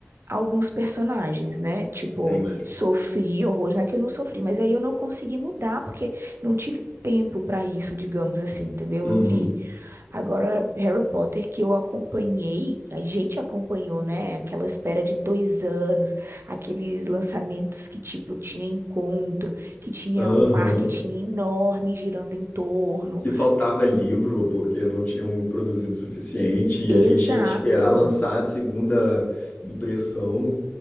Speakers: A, on the right (about 65°); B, on the left (about 40°).
A: a alguns personagens, né? Tipo,
B: Entendi.
A: sofri horrores, não é que eu não sofri, mas aí eu não consegui mudar porque não tive tempo para isso, digamos assim, entendeu?
B: Uhum.
A: Eu li. Agora, Harry Potter, que eu acompanhei, a gente acompanhou, né? Aquela espera de dois anos, aqueles lançamentos que, tipo, tinha encontro, que tinha
B: Aham.
A: um marketing enorme girando em torno.
B: que faltava livro porque não tinham produzido o suficiente e
A: Exato.
B: a gente tinha que esperar lançar a segunda impressão.